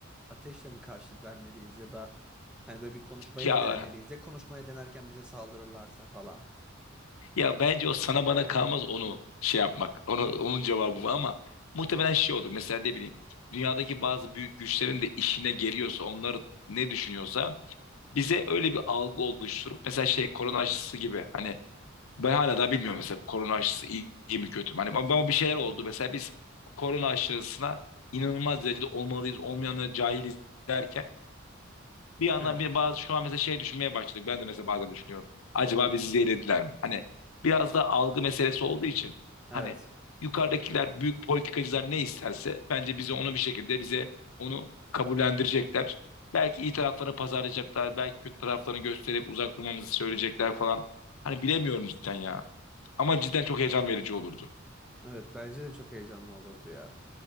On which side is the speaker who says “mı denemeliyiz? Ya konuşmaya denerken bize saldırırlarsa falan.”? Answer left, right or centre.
Centre